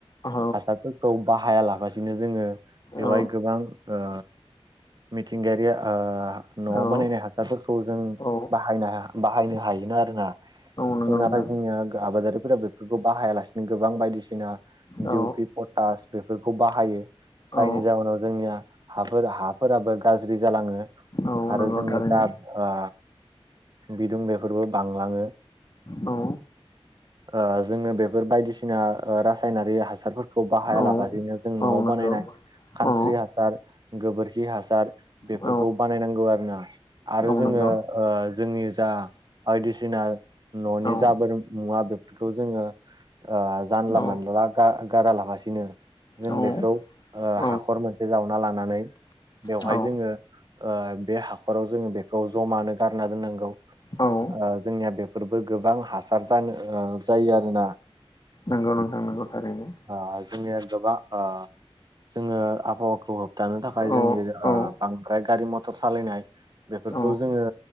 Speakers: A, on the left (about 45°); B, on the right (about 45°).
A: औ
B: हासारफोर खौ बाहाया लागासिनो जोंङो बेवहाय
A: औ
B: गोबां ओ मिथिंगायारिया ओ न'आव
A: औ
B: बानायनाय हासारफोरखौ जों
A: औ
B: बाहायनो बाहायना हायोना आरोना। जों
A: नंगौ नोंथां
B: नाथाय जोंनिया आबादारिफोरा बेफोरखौ बाहायालासिनो गोबां बायदिसिना दिडउ
A: औ
B: पि पटास बेफोरखौ बाहायो। जायनि
A: औ
B: जाहोनाव जोंनिया हाफोर हाफोराबो गाज्रि जालाङो
A: औ नंगौ
B: आरो जोंनि
A: थारैनो
B: जा ओ बिदुं बेफोरबो बांलाङो।
A: औ
B: ओ जोंङो बेफोर बायदिसिना रासायनारि हासारफोरखौ बाहायालाबायनो
A: औ
B: जों
A: औ
B: न'आव
A: नंगौ
B: बानायनाय खानस्रि
A: औ
B: हासार गोबोरखि हासार बेफोरखौ
A: औ
B: बानायनांगौ आरो ना आरो
A: औ
B: जोंङो
A: नंगौ
B: ओ जोंनि जा बायदिसिना न'नि
A: औ
B: जाबोर मुवा बेफोरखौ जोंङो ओ जानला
A: औ
B: मानला गारा लागासिनो जों
A: औ
B: बेखौ ओ
A: औ
B: हाखर मोनसे जावना लानानै बेवहाय
A: औ
B: जोंङो ओ बे हाखराव जोङो बेखौ जमानो गारना दोननांगौ।
A: औ
B: ओ जोंनिया बेफोरबो गोबां हासार जानो जायो आरोना।
A: नगौ नोंथांनांगौ थारैनो
B: ओ जोंनिया गोबा ओ जोंङो आबहावाखौ होबथानो थाखाय
A: औ
B: जोंनि
A: औ
B: बांद्राय गारि मथर सालायनाय बेफोरखौ
A: औ
B: जोंङो